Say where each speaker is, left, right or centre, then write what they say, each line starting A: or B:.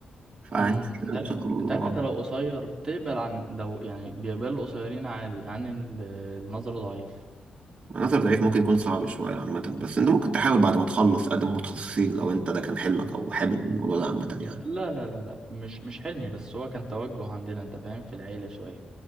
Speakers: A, on the right (about 35°); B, on the right (about 20°).
A: فانت
B: امم انت
A: ان
B: عارف
A: شاء الله
B: انت عارف انت لو قصير تقبل عن لو يعني بيقبل القصيرين عادي عن ال- النظر ضعيف
A: عناصر ضعيف ممكن يكون صعب شويه عامه بس انت ممكن تحاول بعد ما تخلص تقدم متخصصين لو انت ده كان حلمك او حابب الموضوع ده عامه يعني
B: لا لا لا لا مش مش حلمي بس هو كان توجه عندنا انت فاهم في العيله شويه